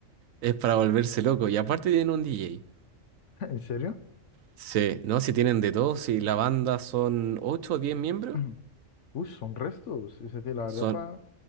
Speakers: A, on the right (about 80°); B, on the left (about 65°).
A: es para volverse loco. Y aparte tienen un DJ.
B: <laughs> ¿En serio?
A: Sí, no, si tienen de todo, si la banda son 8 o 10 miembros,
B: <clears throat> Uy, son restos, esa tía, la
A: son,
B: verdad, para,